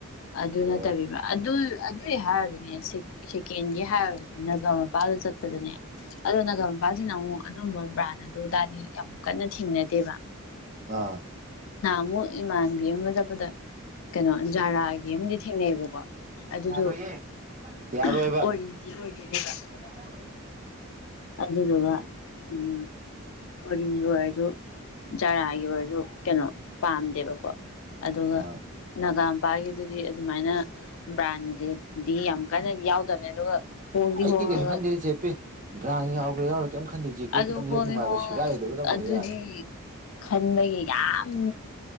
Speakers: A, on the left; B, on the right.
A: ꯑꯗꯨꯅ
B: ꯑꯣ
A: ꯑꯗꯨ ꯑꯗꯨꯏ ꯍꯥꯏꯔꯗꯤꯅꯦ ꯁꯦꯀꯦꯟꯒꯤ ꯍꯥꯏꯔꯗꯤ ꯅꯒꯥ ꯃꯄꯥꯜꯗ ꯆꯠꯄꯗꯨꯅꯦ ꯑꯗꯣ ꯅꯒꯥ ꯃꯄꯥꯁꯤꯅ ꯑꯃꯨꯛ ꯑꯗꯨꯝꯕ ꯕ꯭ꯔꯥꯟ ꯗꯨꯗꯥꯗꯤ ꯌꯥꯝ ꯀꯟꯅ ꯊꯦꯡꯅꯗꯦꯕ
B: ꯑꯥ
A: ꯅꯍꯥꯟ ꯃꯨꯛ ꯏꯃꯥꯟꯕꯤ ꯑꯃꯗꯥ ꯄꯗꯥ ꯀꯩꯅꯣ ꯖꯥꯔꯥꯒꯤ ꯑꯃꯗꯤ ꯊꯦꯡꯅꯩ ꯑꯕꯀꯣ ꯑꯗꯨꯖꯨ
B: ꯌꯥꯔꯣꯏꯌꯦ ꯌꯥꯔꯣꯏꯕ
A: ꯑꯣꯔꯤꯗꯤ ꯑꯣꯏꯗꯣꯏꯅꯦꯕ
B: <unintelligible>
A: ꯑꯗꯨꯗꯨ ꯒꯥ
B: ꯑꯩ
A: ꯎꯝ ꯑꯣꯔꯤ ꯑꯣꯏꯔꯖꯨ ꯖꯥꯔꯥꯒꯤ ꯑꯣꯏꯔꯖꯨ ꯀꯩꯅꯣ ꯄꯥꯝꯗꯦꯕꯀꯣ ꯑꯗꯨꯒ
B: ꯑꯥ
A: ꯅꯒꯥ ꯄꯥꯜꯒꯤꯗꯨꯗꯤ ꯑꯗꯨꯃꯥꯏꯅ ꯕ꯭ꯔꯥꯟꯒꯗꯤ ꯌꯥꯝ ꯀꯥꯏꯟꯅꯗꯤ ꯌꯥꯎꯗꯕꯅꯦ ꯑꯗꯨꯒ ꯍꯣꯡꯗꯤ
B: ꯑꯩꯗꯤ
A: ꯍꯣꯡꯉꯒ
B: ꯀꯩꯁꯨ ꯈꯟꯗꯦ ꯆꯦ ꯄꯦ ꯕ꯭ꯔꯥꯟ ꯌꯥꯎꯒ‌ꯦ꯭ꯔꯥ ꯌꯥꯎꯔ‌ꯣꯏ ꯀꯩꯝ ꯈꯟꯗ‌ꯦ ꯖ‌ꯦꯀ‌ꯦꯠ
A: ꯑꯗꯨ
B: ꯈꯤꯇꯪ
A: ꯍꯣꯡꯉꯦ
B: ꯂꯤꯠ ꯅꯨꯡꯉꯥꯏꯕ
A: ꯍꯣꯡꯉ
B: ꯁ‌ꯦꯒꯥꯏꯔ‌ꯣꯗꯕꯥ ꯗ‌ꯪꯑ‌ꯣꯏ
A: ꯑꯗꯨꯗꯤ
B: ꯌꯥꯔꯦ
A: ꯈꯟꯕꯒꯤ ꯌꯥꯝ